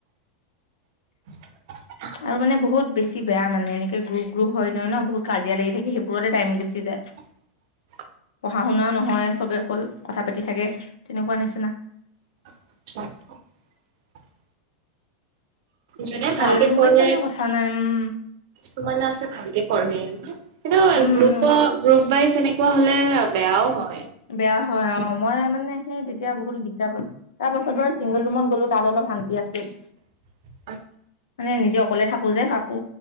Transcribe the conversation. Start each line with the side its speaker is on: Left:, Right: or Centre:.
Right: <unintelligible>
Left: আৰু মানে বহুত বেছি বেয়া মানে এনেকে গ্ৰুপ গ্ৰুপ হৈ লয় ন বহুত কাজিয়া লাগি থাকে সেইবোৰতে টাইম গুচি যায়
Right: <unintelligible>
Left: পঢ়া শুনা নহয় চবে অকল কথা পাতি থাকে তেনেকুৱা নিচিনা
Right: <unintelligible> মানে
Left: ভাল
Right: ভালকে
Left: ৰুমমেট
Right: পঢ়ে
Left: পালে কথা নাই উম
Right: কিছুমান আছে ভালকে পঢ়ে কিন্তু
Left: উম
Right: গ্ৰুপৰ
Left: উম
Right: গ্ৰুপ ৱাইজ এনেকুৱা হলে বেয়াও হয়
Left: বেয়া হয় অ মই মানে সেই তেতিয়া বহুত দিগদাৰ পাইছোঁ তাৰ পাছত বাৰু চিংগল ৰুমত গ'লো তাত অলপ ভন্টি আছিল
Right: <unintelligible>
Left: মানে নিজে অকলে থাকো যে কাকো